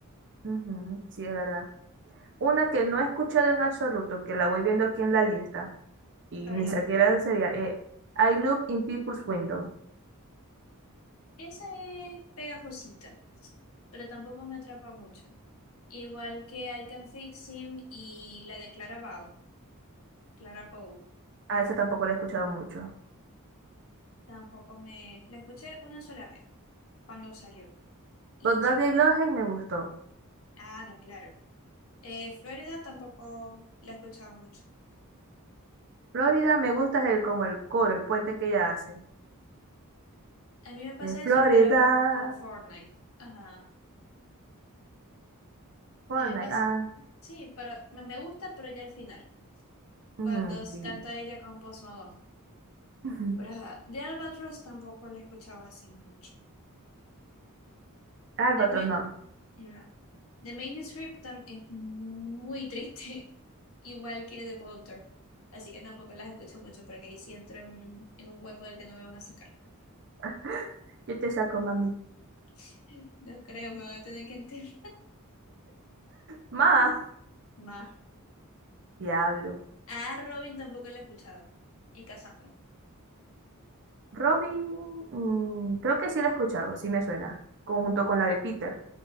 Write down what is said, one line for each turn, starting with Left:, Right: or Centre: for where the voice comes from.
Right: Ujú, sí, es verdad. Una que no he escuchado en absoluto, que la voy viendo aquí en la lista y
Left: la
Right: ni
Left: verdad.
Right: siquiera sería, eh, I Look in People's Window.
Left: Esa es pegajosita, pero tampoco me atrapa mucho. Igual que I Can Fix Him y la de Clara Bow, Clara Bow,
Right: A esa tampoco la he escuchado mucho.
Left: tampoco me... La escuché una sola vez cuando salió y
Right: But
Left: ya.
Right: That They Love Hate me gustó.
Left: Ah, no, claro. Eh, Florida tampoco la he escuchado mucho.
Right: Florida me gusta es el, como el coro, el puente que ella hace.
Left: A mí me pasa
Right: Eh, Florida,
Left: eso, pero con Fortnite. Ajá.
Right: Fortnite,
Left: A mí me pasa.
Right: ah,
Left: Sí, pero me me gusta, pero ya al final.
Right: ujú,
Left: Cuando s-
Right: sí.
Left: canta ella con Post Malone.
Right: Ujú.
Left: Pero ajá, de Albatross tampoco la he escuchado así mucho.
Right: Albatros
Left: De Me-
Right: no.
Left: no. De Main Strip tam- es muy triste, <laughs> igual que de Walter. Así que tampoco las escucho mucho porque ahí sí entro en, en un hueco del que no me van a sacar.
Right: <laughs> Yo te saco, mami.
Left: <laughs> No creo, me van a tener que enterrar
Right: Ma,
Left: <laughs> más.
Right: diablo.
Left: Ah, Robin tampoco la he escuchado. Y Cassandra.
Right: Robin, mm, creo que sí la he escuchado, sí me suena. Conjunto con la de Peter.